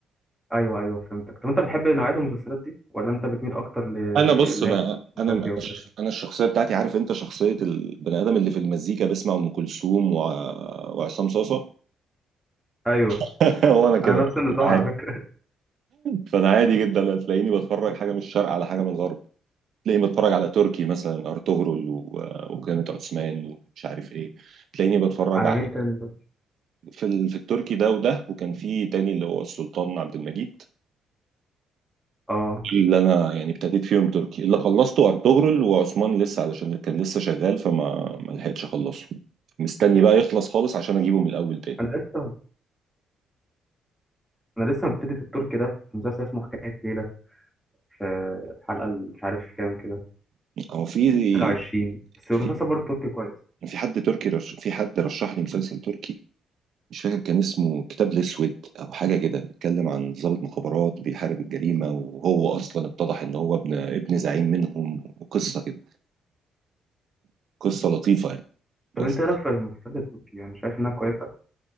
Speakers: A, in the centre; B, on the right (about 65°).
A: ايوه ايوه فهمتك طب انت بتحب نوعيه المسلسلات دي ولا انت بتميل اكتر ل
B: انا بص
A: اللي
B: انا
A: هي الفانتازيا
B: انا
A: وكده
B: انا الشخصيه بتاعتي عارف انت شخصيه البني ادم اللي في المزيكا بيسمع ام كلثوم وع- وعصام صاصه
A: ايوه
B: <laughs> هو انا كده
A: انا نفس النظام
B: عادي
A: على فكره
B: فانا عادي جدا هتلاقيني بتفرج حاجه من الشرق على حاجه من الغرب تلاقيني بتفرج على تركي مثلا ارطغرل و- وقيامة عثمان ومش عارف ايه تلاقيني بتفرج
A: <laughs> على
B: على
A: مين تاني ده؟
B: في, ال... في التركي ده وده وكان في تاني اللي هو السلطان عبد المجيد
A: اه
B: دول اللي انا يعني ابتديت فيهم تركي اللي خلصته ارطغرل وعثمان لسه علشان كان لسه شغال فما ما لحقتش اخلصه مستني بقى يخلص خالص عشان اجيبه من الاول تاني
A: انا لسه انا لسه مبتدي في الترك ده في مسلسل اسمه حكاية ليلة في الحلقة اللي مش عارف كام كده
B: هو في
A: حاجة وعشرين بس
B: في
A: المسلسل برضه تركي كويس
B: في حد تركي رش... في حد رشح لي مسلسل تركي مش فاكر كان اسمه كتاب الاسود او حاجه كده بيتكلم عن ضابط مخابرات بيحارب الجريمه وهو اصلا اتضح ان هو ابن ابن زعيم منهم وقصه كده قصه لطيفه يعني بس
A: طب انت ايه رأيك في المسلسلات التركية يعني شايف انها كويسة